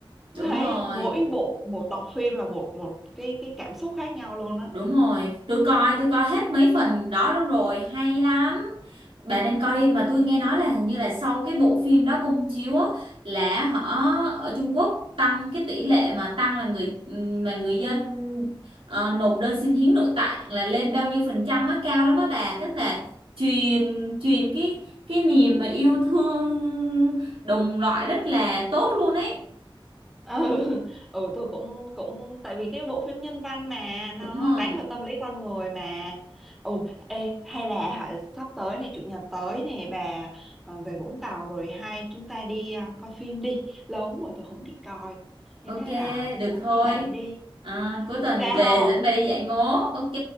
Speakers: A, in the centre; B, on the right.
A: Tôi
B: đúng
A: thấy
B: rồi
A: mỗi bộ một tập phim là một một cái cái cảm xúc khác nhau luôn á
B: Đúng rồi, tôi coi, tôi coi hết mấy phần đó luôn rồi, hay lắm. Bạn nên coi đi, mà tôi nghe nói là hình như là sau cái bộ phim đó công chiếu á, là họ ở Trung Quốc tăng cái tỷ lệ mà tăng là người mà người dân ờ, nộp đơn xin hiến nội tạng là lên bao nhiêu phần trăm á, cao lắm á bà, tức là truyền truyền cái cái niềm mà yêu thương đồng loại rất là tốt luôn ấy.
A: ừ ừ tôi cũng cũng tại vì cái bộ phim nhân văn mà
B: Đúng
A: nó
B: rồi.
A: đánh vào tâm lý con người mà ừ ê hay là hả, sắp tới này chủ nhật tới này bà ờ, về Vũng Tàu rồi hay chúng ta đi à, coi phim đi lâu lắm rồi tôi không đi coi nên
B: Ok,
A: thế là tôi
B: được
A: muốn
B: thôi.
A: các bạn đi
B: À, cuối tuần
A: ok
B: về
A: không
B: dẫn bà đi dạy ngố. Ok.